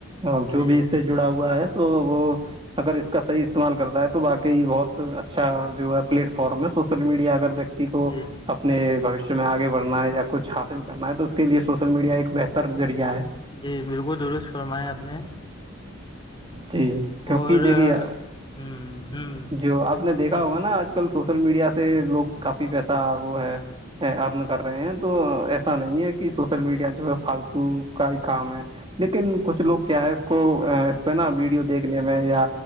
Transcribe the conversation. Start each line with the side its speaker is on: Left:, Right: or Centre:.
Right: اور جو
Left: جی
Right: بھی اس سے جڑا ہوا ہے تو وہ اگر اس کا صحیح استعمال کرتا ہے تو باقی بہت اچھا جو ہے پلیٹ فارم ہے سوشل میڈیا اگر ویکتی کو
Left: جی
Right: اپنے بھشیہ میں آگے بڑنا ہے یا کچھ حاصل کرنا ہے تو اس کے لیے سوشل میڈیا ایک بہتر ذریعہ ہے
Left: جی بالکل درست فرمائیں آپ نے
Right: جی کیوںکہ
Left: اور
Right: دیکھیے
Left: ہوں ہوں
Right: جو آپ نے دیکھا
Left: فرمائی
Right: ہوگا نا آج کل سوشل میڈیا سے لوگ کافی پیسہ وہ ہے ارن کر رہے ہیں تو ایسا نہیں ہے کہ سوشل میڈیا جو ہے فالتو کا ہی کام ہے لیکن کچھ لوگ کیا ہے اس کو نا ویڈیو دیکھنے میں یا